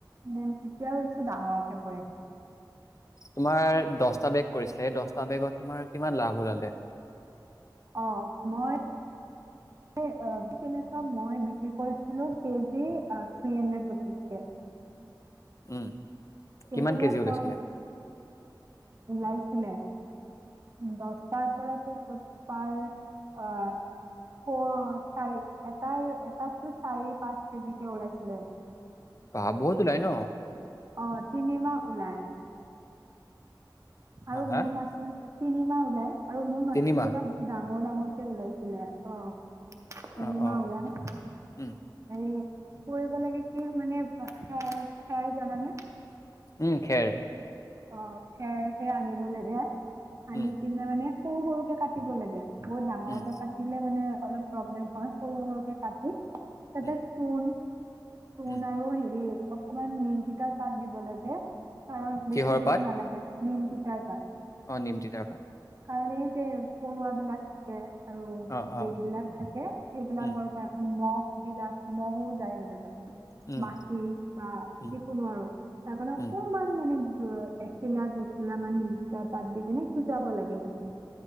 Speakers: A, on the right (about 40°); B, on the left (about 45°).
A: মই এতিয়া ভাবিছো ডাঙৰকে কৰিম
B: তোমাৰ দহটা বেগ কৰিছিলা সেই দহটা বেগত তোমাৰ কিমান লাভ ওলালে
A: অঁ মই তেনেকুৱা মই বিক্ৰী কৰিছিলোঁ কেজি থ্ৰী হাণ্ড্ৰেড ৰুপিজকে
B: উম
A: কিন্তু
B: কিমান কেজি
A: মই কম
B: ওলাইছিলে?
A: ওলাইছ ছিলে দছটাৰ পৰাতো পাৰ আহ ফৌৰ চাৰি এটাৰ এটাতো চাৰি পাঁচ কেজিকে ওলাইছিলে
B: বাহ বহুত ওলাই ন
A: অ তিনি মাহ ওলাই আৰু
B: হা হা
A: মোৰ মাছৰুম তিনিমাহ ওলাই আৰু মোৰ মাছৰুম
B: তিনিমাহ
A: কেইটা বহুত ডাঙ ডাঙৰ ডাঙৰকে ওলাইছিলে অ তিনি
B: অ অ
A: মাহ ওলাই
B: উম
A: উম কৰিব লাগে কি মানে ঠাই জানে নে
B: উম খেৰ
A: অ খেৰ সেই আনিব লাগে আনিকিনে
B: উম
A: মানে সৰু সৰুকে কাটিব লাগে বহুত ডাঙৰকে
B: উম
A: কাটিলে মানে অলপ প্ৰব্লেম হয় সৰু সৰুকে কাটি তাতে
B: উম
A: চূণ চুণ
B: উম
A: আৰু হেৰি অকণমান নিমতিতাৰ পাত দিব লাগে কাৰণ বেছি
B: কিহৰ
A: দিব
B: পাত
A: নালাগে নিম তিতাৰ পাত
B: অ নিম তিতাৰ পাত
A: কাৰণ এই যে পৰুৱা বিলাক থাকে আৰু
B: অ
A: সেইবিলাক
B: অ
A: থাকে সেইবিলাকৰ
B: উম
A: পৰা ওলোৱা বিলাহ মহো যায় মানে তাত
B: উম
A: মাখি বা
B: উম
A: যিকোনো আৰু তাৰ কাৰণে অকণমান
B: উম
A: মানে নিম এখিলা দুখিলা মান নিম তিতা পাত দি কিনে সিজাব লাগে লাগে অকণমান